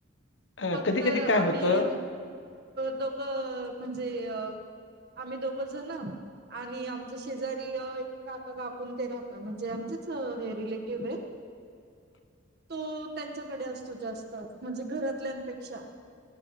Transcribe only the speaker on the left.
अ,
कधी-कधी
काय होतं
ह.